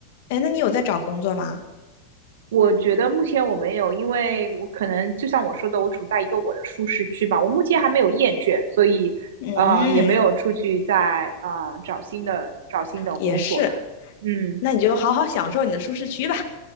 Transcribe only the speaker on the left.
哎，那你有在找工作吗？
嗯，
也是，
那你就好好享受你的舒适区吧。